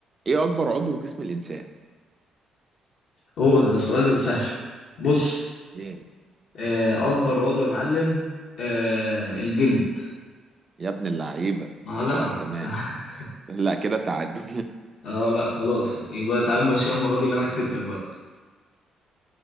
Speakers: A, on the right; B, on the left.
A: ايه اكبر عضو في جسم الانسان
B: أوه ده سؤال سهل بص
A: ايه
B: آه، أكبر عضو يا معلم آه، الجلد
A: يا ابن اللعيبه
B: آه لا
A: لا تمام
B: <laughs>
A: لا كده تعادل
B: آه لا خلاص يبقى تعال ماشي المرة دي اللي أنا كسبتك بقى